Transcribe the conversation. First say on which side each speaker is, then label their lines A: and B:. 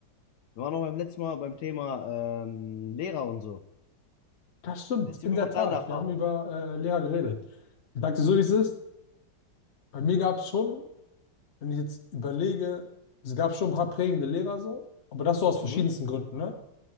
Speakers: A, on the left; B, on the left.
A: Wir waren auch beim letzten Mal beim Thema ähm, Lehrer und so.
B: Das stimmt,
A: Erzähl
B: in
A: mir
B: der
A: mal
B: Tat.
A: deine Erfahrung.
B: Wir haben über äh, Lehrer geredet. Ich sag dir so, wie es ist. Bei mir gab es schon, wenn ich jetzt überlege, es gab schon ein paar prägende Lehrer so, aber das so aus verschiedensten
A: Mhm.
B: Gründen, ne?